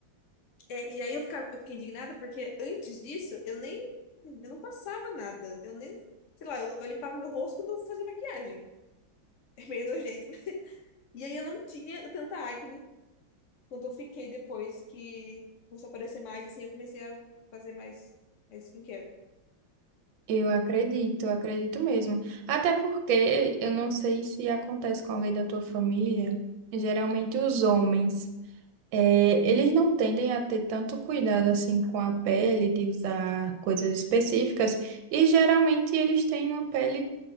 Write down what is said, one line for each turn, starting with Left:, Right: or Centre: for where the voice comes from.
Left: é, e aí eu, ficava, eu fiquei indignada porque antes disso eu nem. Eu não passava nada. Eu nem. Sei lá, eu, eu limpava meu rosto quando eu fazia maquiagem. <laughs> É meio nojento. <laughs> E aí eu não tinha tanta acne quanto eu fiquei depois que começou a aparecer mais, assim, eu comecei a fazer mais, mais skincare.
Right: Eu acredito, eu acredito mesmo. Até porque eu não sei se acontece com alguém da tua família, geralmente os homens. É, eles não tendem a ter tanto cuidado assim com a pele, de usar coisas específicas,
Left: Verdade.
Right: e geralmente eles têm uma pele